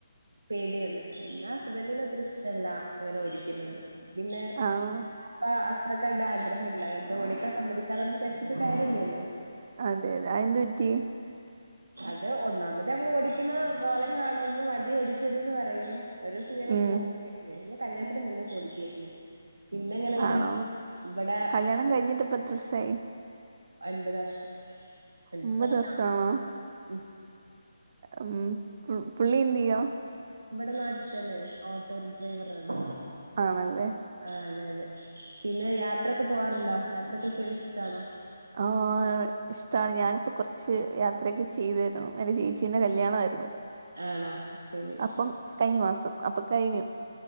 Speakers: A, on the right (about 75°); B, on the right (about 45°).
A: പേടിയാണ് പിന്നെ ഹസ്ബൻറിിന അത്ര ഇഷ്ടല്ല അങ്ങനെ ഓടിക്കുന്നത് പിന്നെ
B: ആണോ
A: അപ്പ അത്ര കണ്ട ആഗ്രഹംല്ല അത് ഓടിക്കാൻ സമ്മതിക്കാത ന പഠിച്ചിട്ട് കാര്യല്ലല്ലോ
B: അതെ അതെ അതെന്ത് പറ്റി
A: അത് ഒന്നാമത് നമ്മൾ ഓടിക്കണ കോലം കാണുമ്പ മതി ഓടിച്ചത്ന്ന് പറയും ഒരു ദിവസം ഞങ്ങൾ
B: ഉം
A: പോരുന്നു ഞ കല്യാണത്തിന് മുന്നേ ക്കെഓടിക്കായിരുന്നു പിന്നെ എങ്ങനെ ങ്ങനെ
B: ആണോ
A: ഇവിടെ
B: കല്യാണം കഴിഞ്ഞിട്ട് ഇപ്പോ ഇത്രസായി.
A: ഒൻപത് വർഷം. അൻപത്
B: ഒമ്പത്
A: വർഷം
B: വർഷ ആണോ?
A: ഉം
B: ഉം.. പു പുള്ളി ന്തെയാ?
A: ഇവടെ നാട്ടിൽ തന്നെയാണ് ഓട്ടോ ഡ്രൈവറാണ്.
B: ആണല്ലേ?
A: ആ അതെ അതെ പിന്നെ യാത്രോക്കെ പോവാറുണ്ടോ യാത്രൊക്കെ ചെയ്യണ ഇഷ്ടണോ?
B: ആ ഇസ്ട്ടാണ് ഞാനിപ്പോ കുറച്ച് യാത്രയൊക്കെ ചെയ്തേരുന്നു. ഒരു ചേച്ചിന്റെ കല്യാണയിരുന്നു.
A: ആണോ ശരി
B: അപ്പം കഴിഞ്ഞ മാസം അപ്പൊ കയ്ഞ്ഞു.